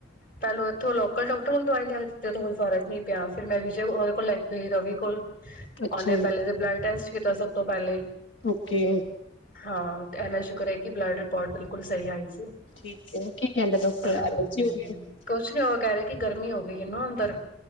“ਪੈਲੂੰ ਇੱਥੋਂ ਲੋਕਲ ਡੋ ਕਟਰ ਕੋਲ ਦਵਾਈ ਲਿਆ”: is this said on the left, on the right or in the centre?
Left